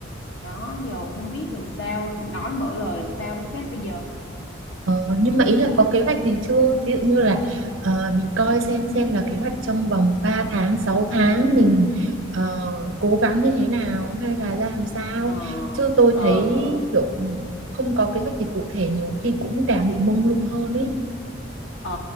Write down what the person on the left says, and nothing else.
đó giờ không biết làm sao nói mở lời làm sao với sếp bây giờ
ờ
ờ
Ờ,